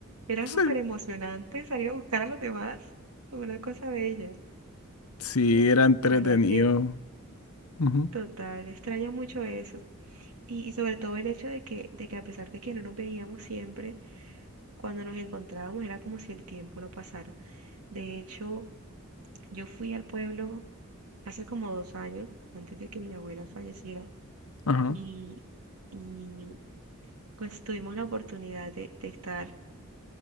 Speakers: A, on the right; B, on the left.
A: Era
B: sí,
A: súper emocionante salir a buscar a los demás. Una cosa bella.
B: sí,
A: Mm,
B: era entretenido.
A: La verdad que
B: Ujú.
A: total, extraño mucho eso. Y, y sobre todo el hecho de que, de que a pesar de que no nos veíamos siempre, Cuando nos encontrábamos era como si el tiempo no pasara. De hecho, yo fui al pueblo hace como dos años, antes de que mi abuela falleciera,
B: Ajá,
A: y, y pues tuvimos la oportunidad de, de estar